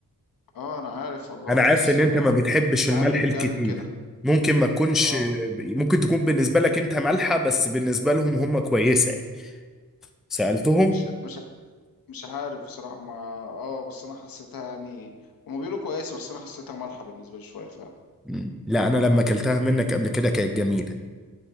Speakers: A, on the left; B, in the centre.
A: اه انا عارف والله
B: انا عارف
A: بس
B: ان انت
A: آه
B: ما بتحبش
A: ساعات
B: الملح
A: بتجلي
B: الكتير.
A: كده
B: ممكن ما تكونش
A: اه
B: ممكن تكون بالنسبة لك انت مالحة بس بالنسبة لهم هم كويسة يعني. سألتهم؟
A: مش مش مش عارف بصراحة ما اه بس انا حسيتها يعني هما بيقولوا كويسة بس انا حسيتها مالحة بالنسبة لي شوية فعلا
B: مم. لا انا لما اكلتها منك قبل كده كانت جميلة.